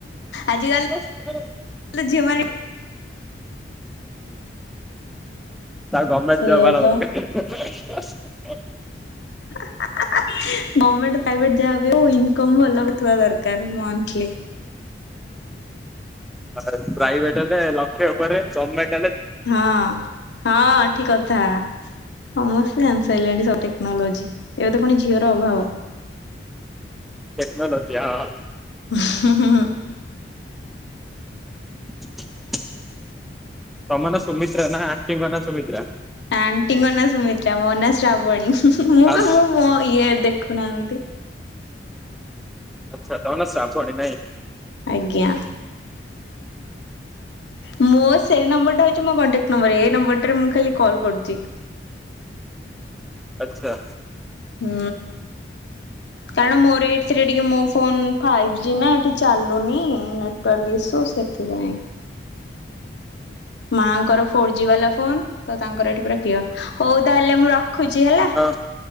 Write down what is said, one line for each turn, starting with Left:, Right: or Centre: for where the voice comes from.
Left: ଆଜିିଆଲ୍
Centre: <inaudible>
Left: ହେଲେ ଝିଅମାନେ
Centre: ତାର ଗର୍ମେଣ୍ଟ
Left: ସେଇଆ
Centre: ଜବ ବାଲା
Left: ପା।
Centre: ଦରକାର୍।
Left: <unintelligible> ଗମେଣ୍ଟ ପ୍ରାଇଭେଟ ଯାହା ବି ହଉ ଇନକମ୍ ଭଲ ହଉଥିବା ଦରକାର ମନ୍ଥଲି।
Centre: ଆତାର ପ୍ରାଇଭେଟ ହେଲେ ଲକ୍ଷେ ଉପରେ ଗମେଣ୍ଟ
Left: ହଁ ହଁ ଠିକ କଥା। ସମସ୍ତେ ଜାଣିସାରିଲେଣି ସବୁ ଟେକ୍ନୋଲୋଜି ଏବେ ତ ପୁଣି ଝିଅର ଅଭାବ।
Centre: ଟେକ୍ନୋଲୋଜି ହଁ ହଁ।
Left: ହୁଁ ହୁଁ ହୁଁ।
Centre: <inaudible> ତମ ନାଁ ସୁମିତ୍ରା ନା ଆଣ୍ଟିଙ୍କ ନାଁ ସୁମିତ୍ରା।
Left: ଆଣ୍ଟିଙ୍କ ନାଁ ସୁମିତ୍ରା ମୋ ନାଁ ଶ୍ରାବଣୀ ମୁଁ
Centre: ଆଉ
Left: ବି ମୁଁ ମୋ ଇଏ ଦେଖୁନାହାନ୍ତି।
Centre: ଆଛା ତମ ନାଁ ଶ୍ରାବଣୀ ନାଇଁ।
Left: ଆଜ୍ଞା। ମୋ ସେଇ ନମ୍ବରଟା ହେଉଛି ମୋ କଣ୍ଟାକ୍ଟ ନମ୍ବର, ଏଇ ନମ୍ବରଟାରେ ମୁଁ ଖାଲି କଲ୍ କରୁଛି।
Centre: ଆଛା।
Left: ହୁଁ। କାରଣ ମୋର ଏଇଥିରେ ଟିକେ ମୋ ଫୋନ ଫାଇଭ ଜି ନା ଏଠି ଚାଲୁନି। କଲ୍ ଇଶୁ ସେଥିପାଇଁ। ମାଆଙ୍କର ଫୋର୍ ଜି ବାଲା ଫୋନ୍ ତ ତାଙ୍କର ଏଠି ପୁରା କ୍ଲିୟର ହଉ ତାହେଲେ ମୁଁ ରଖୁଛି ହେଲା
Centre: ହଁ